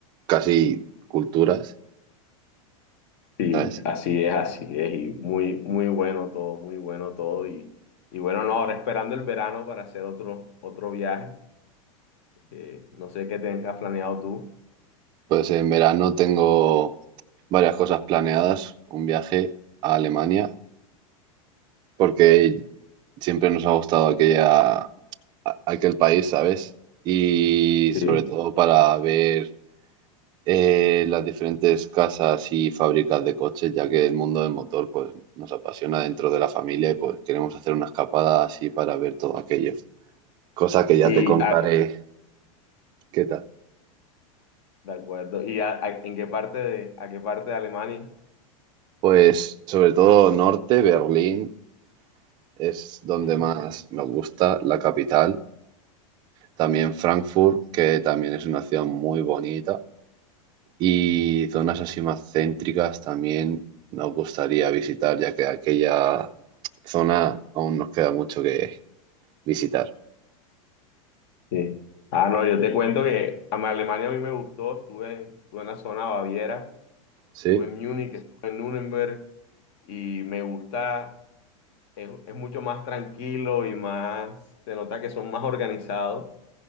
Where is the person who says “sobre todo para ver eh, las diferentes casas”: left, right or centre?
Right